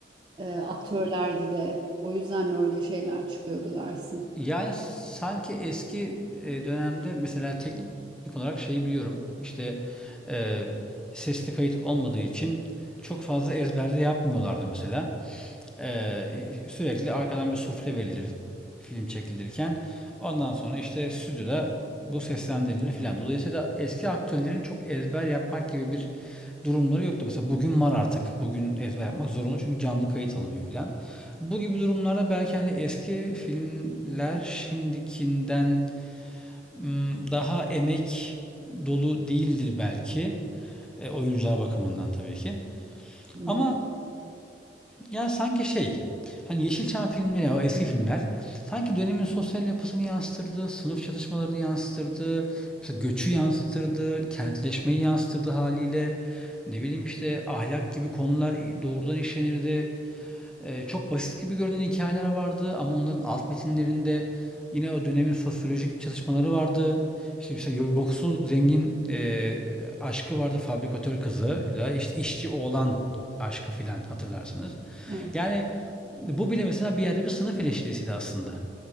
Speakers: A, on the right (about 25°); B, in the centre.
A: e, aktörlerdi de o yüzden mi öyle şeyler çıkıyordu dersin?
B: Yani sanki eski e, dönemde mesela teknik olarak şey biliyorum. işte e, sesli kayıt olmadığı için çok fazla ezberde yapmıyorlardı mesela. Ee, sürekli arkadan bir sufle verilir film çekilirken. Ondan sonra işte stüdyoda bu seslendirilir filan. Dolayısıyla eski aktörlerin çok ezber yapmak gibi bir durumları yoktu. Mesela bugün var artık. Bugün ezber yapmak zorunlu çünkü canlı kayıt alınıyor filan. Bu gibi durumlarda belki hani eski filmler şimdikinden mm, daha emek dolu değildir belki. E, oyuncular bakımından tabii ki.
A: Hı
B: Ama
A: hı.
B: yani sanki şey, hani Yeşilçam filmleri, o eski filmler sanki dönemin sosyal yapısını yansıtırdı, sınıf çatışmalarını yansıtırdı, mesela göçü yansıtırdı, kentleşmeyi yansıtırdı haliyle. Ne bileyim işte ahlak gibi konular doğrudan işlenirdi. Ee, çok basit gibi görünen hikayeler vardı ama onların alt metinlerinde yine o dönemin sosyolojik çalışmaları vardı. İşte mesela yoksul zengin e, aşkı vardı fabrikatör kızıyla işte işçi oğlan aşkı filan hatırlarsınız.
A: Evet.
B: Yani bu bile mesela bir yerde bir sınıf eleştirisiydi aslında.